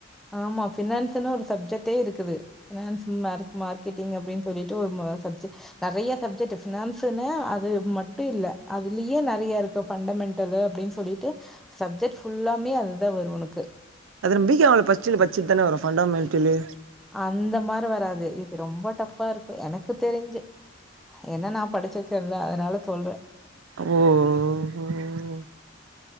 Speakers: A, in the centre; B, on the right.
A: ஆமா ஃபினான்ஸ்ன்னு ஒரு சப்ஜெட்டே இருக்குது ஃபினான்ஸ் ம மார்கெட்டிங்க் அப்டின்னு சொல்லி ஒரு சப்ஜெ நெறய சப்ஜெக்ட்டு ஃபினான்ஸ்ன்னு அது அது மட்டு இல்ல அதுலேயே நெறய இருக் பண்டமென்ண்டலு அப்டின்னு சொல்லிட்டு சப்ஜெக்ட் ஃபுல்லாமே அதுதா வரு உனக்கு
B: அதுல பிகாம்ல பச்சது பச்சது தான வறோ பண்டாமென்ண்டலு
A: அந்த மாரி வராது இது ரொம்ப டஃபா இருக்கு எனக்கு தெரிஞ்சு ஏனா நா படிச்சிருக்கேன்ல்ல அதனால சொல்றே
B: ஓ ம்